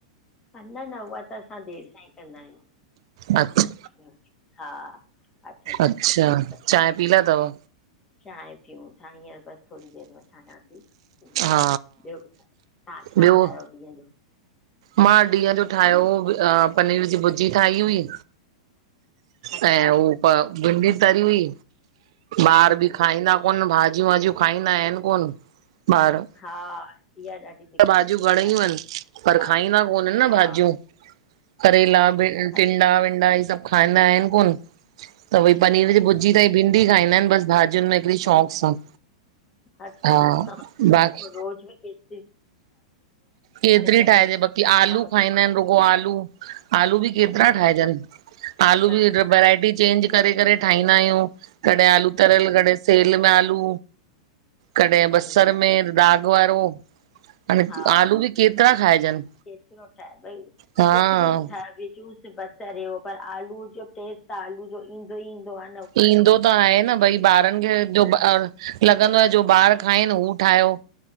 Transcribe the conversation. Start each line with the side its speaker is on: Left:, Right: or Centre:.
Left: हा, न-न उहा त असां देरि सां ही कंदा आहियूं
Right: अच्छा
Left: <unintelligible> हा। अठें खनि
Right: अच्छा
Left: सत
Right: चांहि पी लाथव?
Left: चांहि पियऊ था हिंयर बस थोडी देर में ठायां ती। हम्म,
Right: हा
Left: ॿियो ॿुधायो तहां छा
Right: ॿियो
Left: ठाहियो ॾींहं जो?
Right: मां ॾींहं जो ठाहियो हो बि अं पनीर जी भुर्जी ठाही हुई।
Left: अच्छा
Right: ऐं उ भिंडी तरी हुई ॿारि
Left: हूं
Right: बि
Left: हूं
Right: खाईंदा कोन भाॼियूं वाॼियूं खाईंदा आहिनि कोन ॿार।
Left: हा इहा दिक़त
Right: त भाॼियूं
Left: थी पई
Right: घणई
Left: आहे
Right: वन
Left: न
Right: पर
Left: ॿार
Right: खाईंदा कोननि न
Left: हा
Right: भाॼियूं। करेला
Left: ॿार
Right: बि
Left: नथा
Right: टिंडा
Left: खाइनि
Right: विनॾा हि सभु खाईंदा आहिनि कोन त भई पनीर जी
Left: सही
Right: भुॼी त हे भिंडी खाईंदा आहिनि बसि भाॼियुनि में हिकिॾी शोंक सां।
Left: अच्छा
Right: हा बाक़ी
Left: रोज़ भी केत्
Right: केतिरी
Left: सटे
Right: ठाहिजे बाक़ी आलू
Left: पाए ॾियो
Right: खाईंदा आहिनि रुॻो आलू। आलू बि केतिरा
Left: हूं
Right: ठाहेजनि, आलू
Left: न
Right: बि व वरायटी चेंज करे, करे ठाहींदा आहियूं, कॾहिं आलू
Left: हूं
Right: तरियल, कॾहिं सेल में आलू। कॾहिं
Left: हूं
Right: बसर में दाॻ वारो। हाणे
Left: हा
Right: आलू बि केतिरा खाइजन
Left: केतिरो ठहे भई,
Right: हा।
Left: कुझ बि ठहे भइ जूस त बसर यो, पर आलू जो टेस्ट त आलू जो इ <unintelligible> ईंदो आ।
Right: ईंदो त आहे न भई ॿारनि खे जो <unintelligible> लॻंदो आहे जो ॿार खाइनि हू ठाहियो,